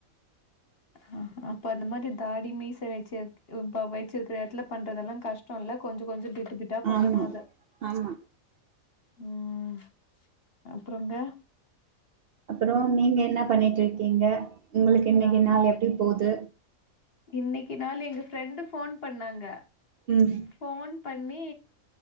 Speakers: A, on the right; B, on the left.
A: <inaudible>
B: ஆ அப்ப அந்த மாரி தாடி மீச வச்சுத து ப வச்சுருக்குற எடத்துல பண்றதெல்லா கஷ் டோல்ல கொஞ்ச கொஞ்சோ <inaudible> ட பண்ணணு
A: ஆமா
B: அத
A: ஆமா
B: ம் அப்றங்க
A: அப்றோ நீங்க என்ன பண்ணிட்ருக்கீங்க உங்குளுக்கு இன்னைக்கு
B: நானா?
A: நாள் எப்டி போது
B: இன்னைக்கு நாள் எங்க ஃப்ரெண்டு ஃபோன் பண்ணாங்க
A: ம்
B: ஃபோன் பண்ணி